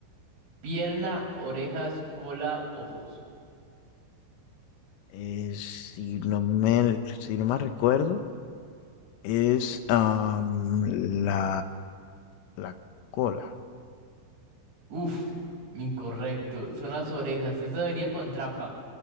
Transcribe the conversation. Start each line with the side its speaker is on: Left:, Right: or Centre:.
Right: Pierna, orejas, cola, ojos.
Left: Eh, si no me, si no me recuerdo. Es am, la, la cola.
Right: Uf, incorrecto. Son las orejas. Esta venía con trampa.